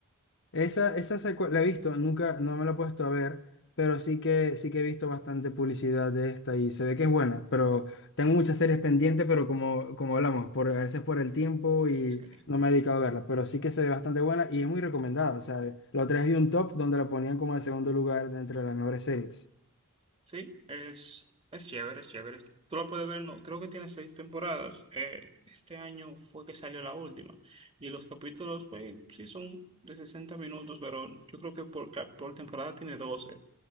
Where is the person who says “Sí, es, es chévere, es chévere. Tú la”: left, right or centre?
Right